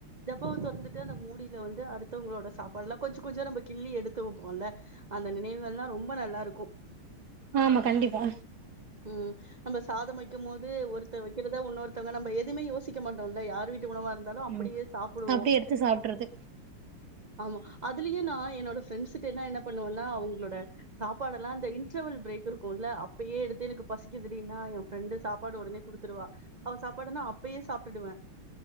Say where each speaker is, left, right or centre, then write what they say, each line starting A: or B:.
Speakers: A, on the right (about 40°); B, on the right (about 60°).
A: டப்பாவை தோறந்துட்டு அந்த மூடியில வந்துடாடு அடுத்தவங்களோட சாப்பாடெல்லாம் கொஞ்சம் கொஞ்சம் நம்ம கிள்ளி எடுத்துவப்போம்ல அந்த நினைவுகள் எல்லாம் ரொம்ப நல்லா இருக்கும்
B: ஆமா கண்டிப்பா
A: ம் நம்ம சாதம் வைக்கும் போது ஒருத்தர் வைக்கிறதா ஒன்னொருத்த வங்க நம்ம எதுவுமே யோசிக்க மாட்டோம்ல்ல யார் வீட்டு உணவா இருந்தாலும் அப்டியே
B: ம்
A: சாப்பிடுவோம்
B: அப்டியே எடுத்து சாப்ட்றது
A: ஆமா அதுலயு நா என்னோட ஃரெண்ட்ஸ்ட்ட எல்லாம் என்ன பண்ணுவேன்னா அவங்களோட சாப்பாடெல்லா அந்த இண்ரவல் பிரேக் இருக்கும்ல்ல அப்பயே எடுத்து தெனுக்கு பசிக்குதுடின்னா என் ஃப்ரெண்டு சாப்பாடு உடனே கொடுத்துருவா அவ சாப்பாடுனா அப்பயே சாப்ட்டுவேன்